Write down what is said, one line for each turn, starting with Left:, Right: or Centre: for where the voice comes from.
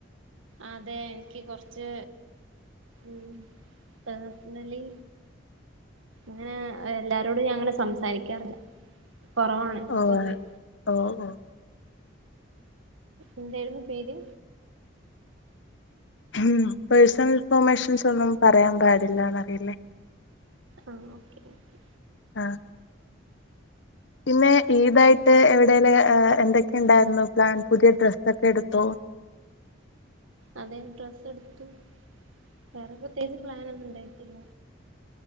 Right: അതെ എനിക്ക് കൊറച്ച് ഉം പേഴ്സണലി അങ്ങനെ എല്ലാരോടും ഞാൻ അങ്ങനെ സംസാരിക്കാറില്ല കൊറവാണ്
Left: ഓഹ്
Right: പൊതുവേ
Left: ഓഹ് ഓഹ്
Right: എന്തായിരുന്നു പേര്
Left: ഉം പേഴ്സണൽ ഇൻഫോർമേഷൻസ് ഒന്നും പറയാൻ പാടില്ലാന്ന് അറിയില്ലേ
Right: ആ ഓക്കെ ഓക്കെ
Left: ആ പിന്നെ ഈതായിട്ട് എവിടേലും എന്തൊക്കെയുണ്ടായിരുന്നു പ്ലാൻ പുതിയ ഡ്രസ്സൊക്കെ എടുത്തോ
Right: അതെ ഡ്രസ് എടുത്തു വേറെ പ്രത്യേകിച്ച് പ്ലാൻ ഒന്നും ഇണ്ടായിട്ടില്ല